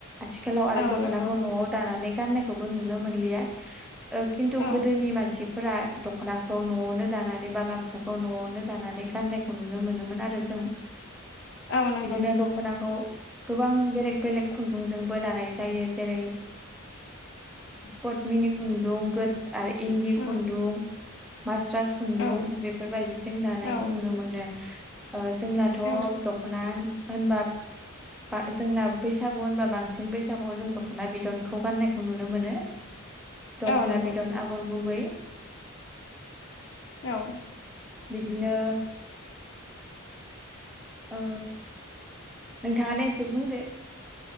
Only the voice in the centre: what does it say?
आथिखालाव आरो
दख'नाखौ
न'आव दानानै गाननायखौबो नुनो मोनलिया खिन्थु
गोदोनि मानसि फोर दख'नाखौ न'आवनो दानानै बा गामसाखौ न'आवनो दानानै गाननायखौ नुनो मोनोमोन आरो जों
बिदिनो
दखनाखौ गोबां बेलेग बेलेग खुन्दुंजोंबो दानाय जायो जेरै पदमिनि खुन्दुं आरो इन्दि
खुन्दुं मस्राास खुन्दुं
बेफोरबायदिजों दानायखौ
नुनो मोनो जोंनाथ' अ
होनबा ब जोंना बैसागु होनबा बांसिन बैसागुआव जों दख'ना बिदनखौ गान्नायखौ नुनो मोनो दख'ना
बिदन आगर गुबै
बिदिनो औ नोंथाङानो एसे बुंदो।